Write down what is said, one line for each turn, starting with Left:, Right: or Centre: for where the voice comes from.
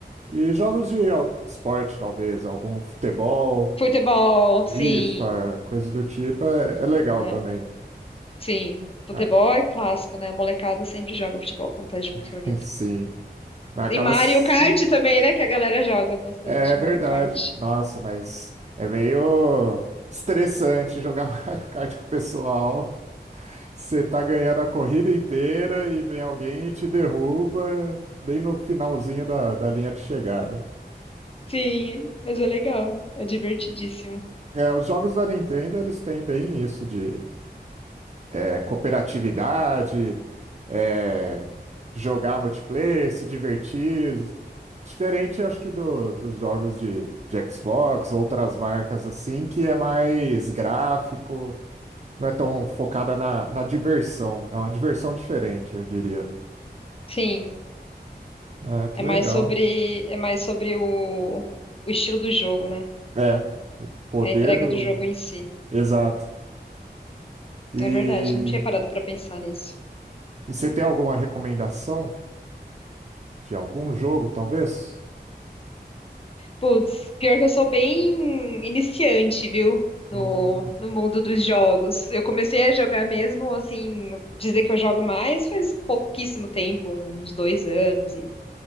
Right: e jogos de al- esporte, talvez, algum futebol,
Left: Futebol, sim.
Right: FIFA, coisas do tipo, é, é legal
Left: É,
Right: também.
Left: sim. Futebol
Right: Mas-
Left: é clássico, né? A molecada sempre joga futebol quando tá junto,
Right: <laughs>
Left: reunido.
Right: sim, mas
Left: E
Right: acaba.
Left: Mario
Right: se-
Left: Kart também, né? Que a galera joga bastante.
Right: É verdade,
Left: Mario Kart.
Right: nossa, mas é meio estressante jogar <laughs> Mario Kart com o pessoal. Você tá ganhando a corrida inteira e vem alguém e te derruba bem no finalzinho da, da linha de chegada.
Left: Sim, mas é legal. É divertidíssimo.
Right: É, os jogos da Nintendo, eles têm bem isso de é, cooperatividade, é, jogar multiplayer, se divertir. Diferente, acho que, do- dos jogos de, de Xbox, outras marcas assim, que é mais gráfico, não é tão focada na, na diversão. É uma diversão diferente, eu diria.
Left: Sim.
Right: Ah, que
Left: É
Right: legal.
Left: mais sobre, é mais sobre o, o estilo do jogo, né?
Right: É, o poder
Left: É a entrega
Right: do.
Left: do jogo em si.
Right: Exato. E,
Left: É verdade, não tinha parado pra pensar nisso.
Right: e você tem alguma recomendação de algum jogo, talvez?
Left: Putz, pior que eu sou bem iniciante, viu? No,
Right: Hum,
Left: no mundo dos jogos. Eu comecei a jogar mesmo, assim, dizer que eu jogo mais faz pouquíssimo tempo, uns dois anos,